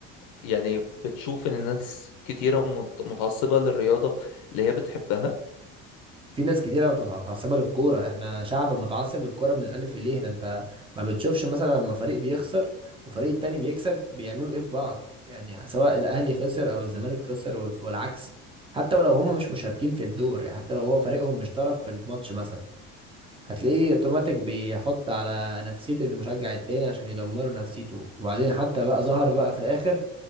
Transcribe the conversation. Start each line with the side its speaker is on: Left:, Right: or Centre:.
Left: يعني بتشوف ان الناس كتيرة مت- متعصبة للرياضة اللي هي بتحبها
Right: في ناس كتيرة مت- متعصبة للكورة احنا شعب متعصب للكورة من الألف لليه ده انت ما بتشوفش مثلا لما فريق بيخسر وفريق التاني بيكسب بيعملوا ايه في بعض يعني سواء الأهلي خسر أو الزمالك خسر وال- والعكس حتى ولو هم مش مشاركين في الدور يعني حتى لو هو فريقهم مش طرف في الماتش مثلا هتلاقيه اوتوماتيك بيحط على نفسية المشجع التاني عشان يدمروا نفسيته وبعدين حتى بقى ظهر
Left: بالظبط
Right: بقى في الآخر